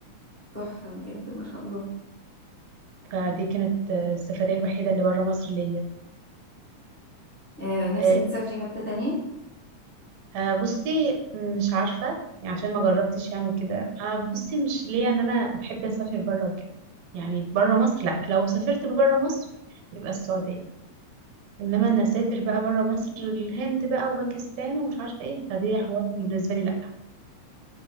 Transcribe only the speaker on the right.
فدي كانت آه، السفرية الوحيدة اللي بره مصر ليا
آه، انت
آه، بصي مش عارفة يعني عشان ما جربتش يعني وكده آه، بصي مش ليا ان انا بحب اسافر بره وكده يعني بره مصر لا لو سافرت بره مصر يبقى السعودية انما ان اسافر بقى بره مصر الهند بقى وباكستان ومش عارفة ايه فدي حوار بالنسبة لي لا